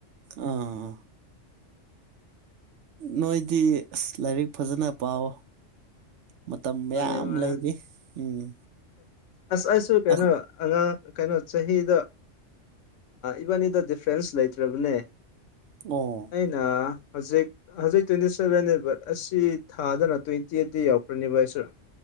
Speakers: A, on the right (about 70°); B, on the left (about 75°).
A: ꯑꯥ ꯅꯣꯏꯗꯤ ꯑꯁ ꯂꯥꯏꯔꯤꯛ ꯐꯖꯅ ꯄꯥꯎ ꯃꯇꯝ ꯃꯌꯥꯝ
B: ꯃꯅꯦ ꯃꯥ
A: ꯂꯩꯔꯤ ꯎꯝ
B: ꯑꯁꯁꯨ ꯀꯩꯅꯩꯅꯣ
A: ꯑꯣ
B: ꯑꯉꯥꯡ ꯀꯩꯅꯣ ꯆꯍꯤꯗ ꯏꯕꯥꯅꯤꯗ ꯗꯤꯐ꯭ꯔꯦꯟꯁ ꯂꯩꯇ꯭ꯔꯕꯅꯦ
A: ꯑꯣ
B: ꯑꯩꯅ ꯍꯧꯖꯤꯛ ꯍꯧꯖꯤꯛ ꯇ꯭ꯋꯦꯟꯇꯤ ꯁꯚꯦꯟꯦ ꯕꯠ ꯑꯁꯤ ꯊꯥꯗꯅ ꯇ꯭ꯋꯦꯟꯇꯤ ꯑꯩꯠꯇ ꯌꯥꯎꯈ꯭ꯔꯅꯦꯕ ꯑꯩꯁꯨꯔ